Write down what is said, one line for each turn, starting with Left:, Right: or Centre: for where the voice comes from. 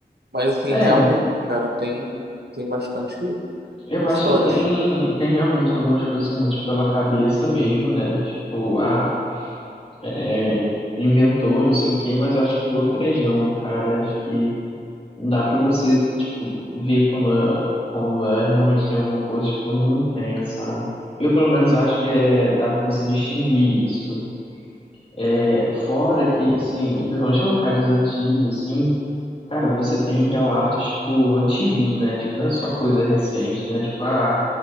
Right: mas assim,
Left: É,
Right: realmente, cara, tem tem bastante
Left: eu
Right: história
Left: acho que tem,
Right: assim.
Left: tem realmente algumas coisas que são muito pela cabeça mesmo, né? Tipo, ah, é, inventou, não sei o quê, mas eu acho que outras não, cara. Eu Acho que não dá pra você, tipo, ver quando, é- quando é, realmente tem alguma coisa e quando não tem, sabe? Eu, pelo menos, acho que é, dá pra você distinguir isso. É, fora que, assim, e principalmente locais antigos, assim. Cara, você tem relatos, tipo, antigos, né? Tipo, não é só coisa recente, né? Tipo, ah,